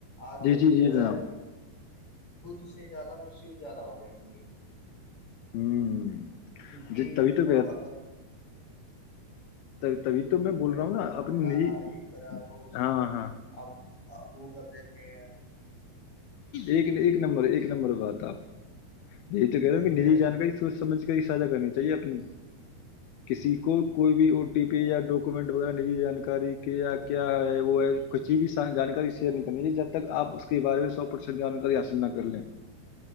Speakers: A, on the left; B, on the left.
A: آج
B: جی
A: کل
B: جی جی
A: جو
B: جناب
A: ہے <unintelligible> سے زیادہ مس یوز زیادہ ہو رہے ہیں ان کی
B: ہوں
A: کیونکہ
B: جی تبھی
A: مطلب
B: تو
A: اگر
B: تو تبھی تو میں
A: کوئی
B: بول رہا ہوں
A: فوٹو
B: نا اپنی
A: ڈالا
B: نجی
A: یہ کرا تو اسے
B: ہاں ہاں
A: اب وہ کرتے تو <unintelligible>
B: ایک ایک نمبر ایک نمبر بات آپ یہ تو کہہ رہ
A: صحیح
B: ہوں کہ نجی
A: رہے
B: جانکاری
A: ہو
B: سوچ سمجھ کے سھا کرنی چاہیے اپنی کسی کو کوئی بھی او ٹی پی یا ڈاکومنٹ وغیرہجی جانکاری کیا ہے وہ ہے کچسی بھی جانکاری شیئر نہیں کرنی چاہیے جب تک آپ اس کے بارے میں سو پرسنٹ جانکاری آسند نہ کر لیں